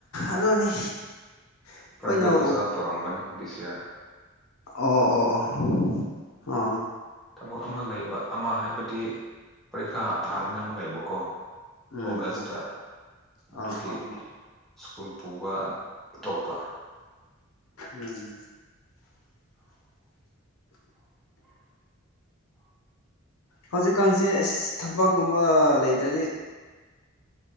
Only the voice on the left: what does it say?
ꯑꯗꯨꯅꯤ ꯑꯩꯈꯣꯏꯅ
ꯑꯣ
ꯑꯣ ꯑꯣ ꯑꯣ ꯑ
ꯎꯝ
ꯎꯝ
ꯑ ꯍ ꯍ
ꯎꯝ ꯍꯧꯖꯤꯛꯀꯥꯟꯁꯦ ꯑꯁ ꯊꯕꯛꯀꯨꯝꯕ ꯂꯩꯗ꯭ꯔꯗꯤ